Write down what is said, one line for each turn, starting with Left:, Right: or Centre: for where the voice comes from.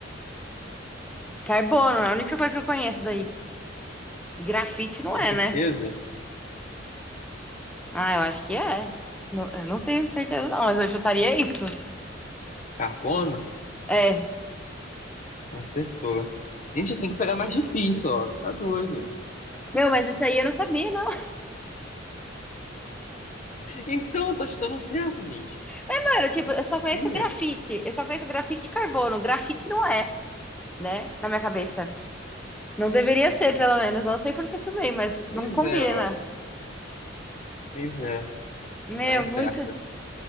Centre: carbono, é a única coisa que eu conheço daí. E grafite não
Left: Tem
Centre: é,
Left: certeza?
Centre: né? Ah, eu acho que é. Não, eu não tenho certeza, não, mas eu chutaria isso.
Left: Carbono?
Centre: É.
Left: Acertou. Gente, tem que pegar mais difícil, ó. Tá doido.
Centre: Meu, mas isso aí eu não sabia, não.
Left: Então, tá chutando certo, gente.
Centre: Mano, tipo,
Left: Não
Centre: eu
Left: é possível.
Centre: só conheço grafite. Eu só conheço grafite de carbono. Grafite não é, né? Na minha cabeça. Não deveria ser, pelo menos. Não sei por que também, mas
Left: Pois
Centre: não combina.
Left: é, ó. Pois é.
Centre: Meu,
Left: Estava certa.
Centre: muito.